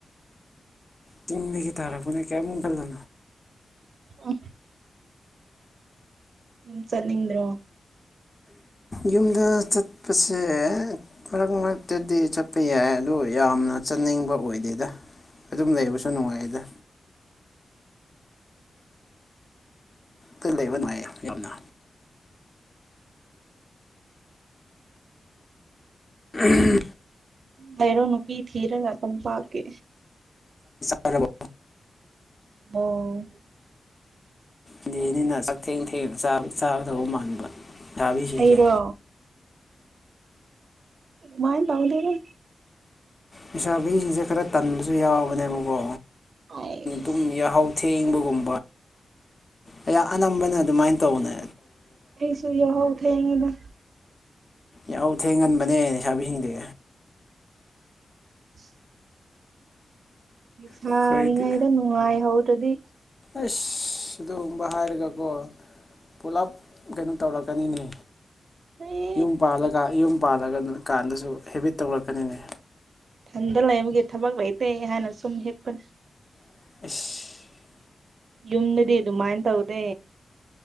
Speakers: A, on the left (about 25°); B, on the right (about 55°).
A: ꯆꯤꯡꯗꯒꯤ ꯇꯥꯔꯛꯄꯥꯅꯦ ꯀꯌꯥꯃ ꯀꯗꯣ
B: ꯑꯣ ꯌꯨꯝ ꯆꯠꯅꯤꯡꯗ꯭ꯔꯣ
A: ꯌꯨꯝꯗ ꯆꯠꯄꯁꯦ ꯃꯔꯛ ꯃꯔꯛꯇꯗꯤ ꯆꯠꯄ ꯌꯥꯏ ꯑꯗꯨ ꯑꯗꯨ ꯌꯥꯝꯅ ꯆꯠꯅꯤꯡꯕ ꯑꯣꯏꯗꯦꯗ ꯑꯗꯨꯝ ꯂꯩꯕꯁꯨ ꯅꯨꯡꯉꯥꯏꯗ ꯇ ꯂꯩꯕ ꯅꯨꯡꯉꯥꯏꯌꯦ ꯌꯨꯝꯗ ꯎꯝ
B: ꯂꯩꯔꯣ ꯅꯨꯄꯤ ꯊꯤꯔꯒ ꯑꯗꯨꯝ ꯄꯥꯛꯀꯤ
A: ꯐꯔꯦ
B: ꯑꯣ
A: ꯑꯗꯨꯅꯤꯅ ꯆꯥꯛꯊꯦꯡ ꯊꯦꯡꯅ ꯆ ꯆꯥꯒꯥꯗꯧꯕ ꯃꯟꯕ ꯊꯥꯕꯤꯁꯤꯡꯁꯦ
B: ꯑꯩꯔꯣ ꯃꯥꯏ ꯇꯧꯗꯦꯗꯥ
A: ꯂꯩꯁꯥꯕꯤꯁꯤꯡꯁꯦ ꯈꯔ ꯇꯟꯕꯁꯨ ꯌꯥꯎꯕꯅꯦꯕꯀꯣ
B: ꯑꯩꯁ
A: ꯇꯨꯝ ꯌꯥꯍꯥꯎ ꯊꯦꯡꯕꯒꯨꯝ ꯑꯩ ꯑꯅꯝꯕꯅ ꯑꯗꯨꯃꯥꯏꯅ ꯇꯧꯕꯅꯦ
B: ꯑꯁꯨ ꯍ ꯊ ꯑꯗ
A: ꯌꯥꯎ ꯊꯦꯡꯍꯟꯕꯅꯦ ꯂꯩꯁꯥꯕꯤꯁꯤꯡꯗꯨ
B: <unintelligible> ꯁꯥꯥꯔꯤꯉꯥꯏꯗ
A: ꯑꯩꯈꯣꯏꯗꯤ
B: ꯅꯨꯡꯉꯥꯏꯍꯧ ꯑꯗꯨꯗꯤ
A: ꯑꯁ ꯑꯗꯨꯒꯨꯝꯕ ꯍꯥꯏꯔꯒꯀꯣ ꯄꯨꯂꯞ ꯀꯩꯅꯣ ꯇꯧꯔꯛꯀꯅꯤꯅꯦ
B: ꯑꯦ
A: ꯌꯨꯝ ꯄꯥꯜꯂ ꯌꯨꯝ ꯄꯥꯜꯂꯒ ꯀꯥꯟꯗꯁꯨ ꯍꯦꯕꯤꯠ ꯇꯧꯔꯛꯀꯅꯤꯅꯦ
B: ꯏꯊꯟꯗ ꯂꯩꯕꯒꯤ ꯊꯕꯛ ꯂꯩꯇꯦ ꯍꯥꯟꯅ ꯁꯨꯝ ꯍꯤꯦꯛꯄꯅꯦ
A: ꯏꯁ
B: ꯌꯨꯝꯗꯗꯤ ꯑꯗꯨꯃꯥꯏꯅ ꯇꯧꯗꯦ